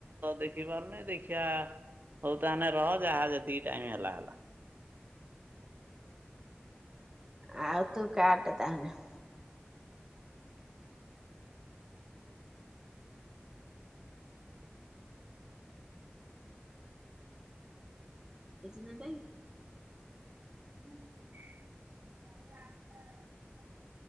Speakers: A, on the right (about 55°); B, on the right (about 15°).
A: ଦେଖି ପାରୁନେଇ ଦେଖିଆ ହଉ ତାହେନେ ରହ ଯାହା ଯେତିକି ଟାଇମ ହେଲା ହେଲା।
B: ଆଉ ତୁ କାଟେ ତାହେନେ। ଏ ଚିନା ପାଇଁ।
A: <inaudible>